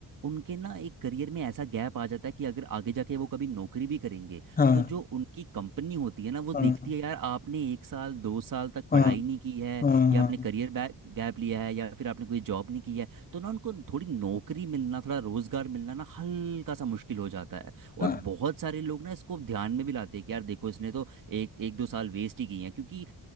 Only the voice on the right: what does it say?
उनके ना एक करियर में ऐसा गैप आ जाता है कि अगर आगे जाके वो कभी नौकरी भी करेंगे
तो जो उनकी कंपनी होती है ना वो
देखती है यार आपने एक साल दो साल तक
पढ़ाई नहीं की है
या
आपने करियर गैप लिया है या फिर आपने कोई जॉब नहीं की है तो ना उनको थोड़ी नौकरी मिलना थोड़ा रोजगार मिलना ना हल्का सा मुश्किल हो जाता है और
बहुत सारे लोग ना इसको ध्यान में भी लाते हैं कि यार देखो इसने तो एक एक दो साल वेस्ट ही किए हैं क्योंकि